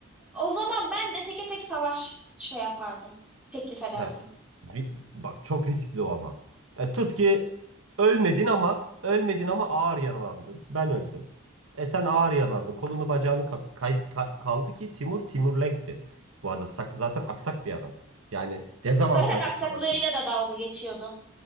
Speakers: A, in the centre; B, on the right.
A: O zaman ben de teke tek savaş şey yapardım. Teklif ederdim.
B: Ha. Vi- Bak çok riskli o ama. E, tut ki ölmedin ama ölmedin ama ağır yaralandın. Ben öldüm. E sen ağır yaralandın. Kolunu bacağını ka- kay- ka- kaldı ki Timur Timurlenk'ti. Bu arada sak- zaten aksak bir adam. Yani dezavantajlı
A: Zaten aksaklığıyla
B: savaşıyoruz.
A: da dalga geçiyordu.